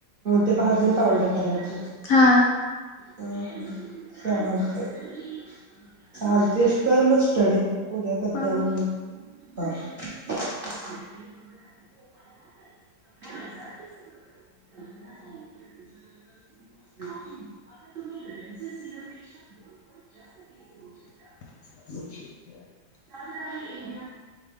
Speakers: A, on the right; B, on the left.
A: ते भाजून पावडर करायच.
B: हा
A: हा चालतय चालतय कर मग स्टडी. उद्या करते
B: हा
A: आणि फोन हा. <unintelligible> हो.
B: <inaudible>
A: <inaudible>